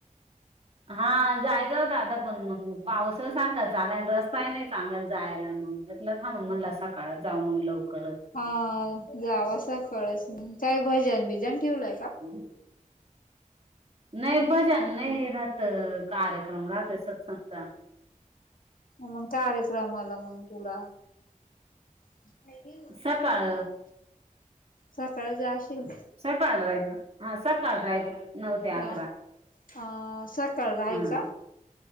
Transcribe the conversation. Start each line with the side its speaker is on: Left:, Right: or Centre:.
Right: हा.. जायचं हो दादा पण पावस सारखा चालायला रस काय नाही चांगल जायला मग, म्हटलं थांब म्हणला जाऊ मग लवकरच
Left: हा.. जावस काळस मग.. काय भजन भिजन ठेवलंय का?
Right: <inaudible> नाही भजन नाही राहत... कार्यक्रम राहत सत्संगचा
Left: मग कार्यक्रमला मंग तुला <inaudible>
Right: सकाळ
Left: सकाळी जाशील
Right: सकाळ ला जाईन. हां सकाळ जाईन नऊ ते
Left: हा
Right: अकरा,
Left: अ सकाळ राहील
Right: हम्म.
Left: का